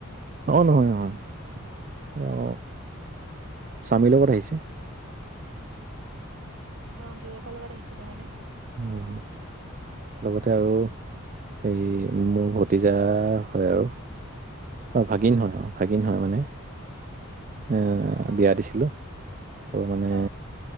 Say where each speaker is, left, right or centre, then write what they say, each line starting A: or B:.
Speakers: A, on the right (about 35°); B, on the right (about 65°).
A: অ নহয় নহয়। অ স্বামীৰ লগত আহিছে।
B: অ গিৰিকৰ লগত আহিছিলে মানে
A: অ লগতে আৰু এই মোৰ ভতিজা হয় আৰু অ ভাগিন হয় অ ভাগিন হয় মানে। এ
B: অ
A: বিয়া দিছিলোঁ। ত' মানে
B: অ